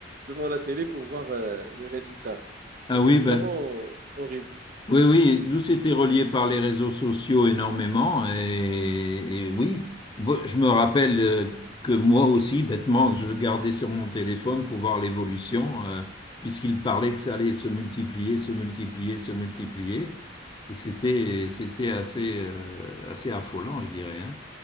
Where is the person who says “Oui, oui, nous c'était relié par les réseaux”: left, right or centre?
Left